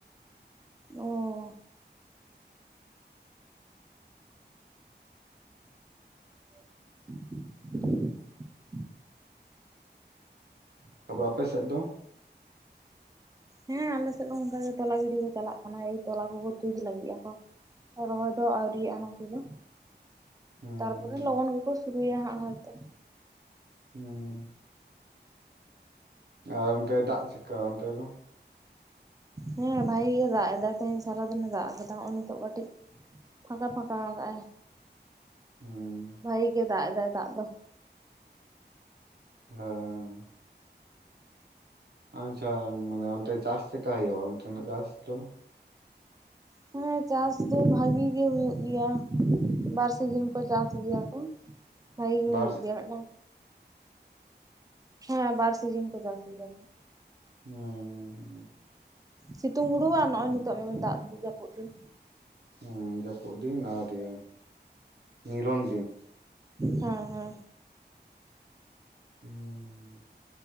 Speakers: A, on the right; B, on the right.
A: ᱚᱻ᱾ <inaudible> ᱦ <inaudible>
B: ᱛᱚᱵᱮ ᱟᱯᱮ ᱥᱮᱫ ᱫᱚ᱾
A: ᱦᱮᱸ ᱟᱞᱮ ᱥᱮᱫ ᱦᱚᱸ ᱚᱝᱠᱟ ᱜᱮ ᱛᱚᱞᱟ ᱜᱤᱰᱤ ᱠᱚ ᱪᱟᱞᱟᱜ ᱠᱟᱱᱟ ᱮᱭ ᱛᱚᱞᱟ ᱠᱚᱠᱚ ᱛᱩᱫ ᱞᱟᱹᱜᱤᱜ ᱟᱠᱚ᱾ ᱨᱚᱦᱚᱭ ᱫᱚ ᱟᱹᱣᱨᱤᱭᱟᱜᱼᱟ ᱱᱚᱛᱮ ᱫᱚ᱾
B: ᱦᱩᱸ
A: ᱛᱟᱨᱯᱚᱨᱮ ᱞᱚᱜᱚᱱ ᱜᱮᱠᱚ ᱥᱩᱨᱩᱭᱟ ᱦᱟᱸᱜ ᱦᱚᱭᱛᱚ᱾
B: ᱦᱮᱸ᱾ ᱟᱨ ᱚᱱᱛᱮ ᱫᱟᱜ ᱪᱮᱜᱠᱟ ᱚᱱᱛᱮ ᱫᱚ᱾
A: ᱦᱮᱸ ᱵᱷᱟᱜᱮ ᱜᱮ ᱫᱟᱜ ᱮᱫᱟᱭ ᱛᱮᱸᱦᱤᱧ ᱥᱟᱨᱟᱫᱤᱱᱮ ᱫᱟᱜ ᱟᱠᱟᱫᱟ ᱱᱚᱜᱼᱚᱭ ᱱᱤᱛᱚᱜ ᱠᱟᱹᱴᱤᱡᱽ᱾ ᱯᱷᱟᱸᱠᱟ-ᱯᱷᱟᱸᱠᱟ ᱟᱠᱟᱜ-ᱟᱭ
B: ᱦᱩᱸ
A: ᱵᱷᱟᱜᱤ ᱜᱮ ᱫᱟᱜ ᱮᱫᱟᱭ ᱫᱟᱜ ᱫᱚ᱾
B: ᱦᱮᱸᱻ᱾ ᱟᱪᱪᱷᱟ ᱢᱟᱱᱮ ᱚᱱᱛᱮ ᱪᱟᱥ ᱪᱮᱜᱠᱟ ᱦᱳᱭᱳᱜ-ᱟ ᱚᱱᱛᱮᱱᱟᱜ ᱪᱟᱥ ᱫᱚ᱾
A: ᱦᱮᱸ ᱪᱟᱥ ᱫᱚ ᱵᱷᱟᱜᱤ ᱜᱮ ᱦᱩᱭᱩᱜ ᱜᱮᱭᱟ᱾ ᱵᱟᱨ ᱥᱤᱡᱤᱱ ᱠᱳ ᱪᱟᱥ ᱜᱮᱭᱟ ᱠᱚ ᱵᱷᱟᱜᱤ ᱜᱮ
B: ᱵᱟᱨ
A: ᱦᱩᱭᱩᱜ ᱜᱮᱭᱟ ᱢᱤᱫᱴᱟᱝ᱾ ᱦᱮᱸ ᱵᱟᱨ ᱥᱤᱡᱤᱱ ᱠᱚ ᱪᱟᱥ ᱜᱮᱭᱟ ᱠᱚ᱾
B: ᱦᱮᱸᱻ᱾
A: ᱥᱤᱛᱩᱝ ᱦᱩᱲᱩ ᱟᱨ ᱱᱚᱜᱼᱚᱭ ᱱᱤᱛᱚᱜ ᱫᱟᱜ ᱡᱟᱹᱯᱩᱫ ᱫᱤᱱ᱾
B: ᱦᱮᱸ ᱡᱟᱹᱯᱩᱫ ᱫᱤᱱ ᱟᱨ ᱤᱭᱟᱹ ᱱᱤᱨᱚᱱ ᱫᱤᱱ᱾
A: ᱦᱮᱸ-ᱦᱮᱸ᱾
B: ᱦᱮᱸᱻ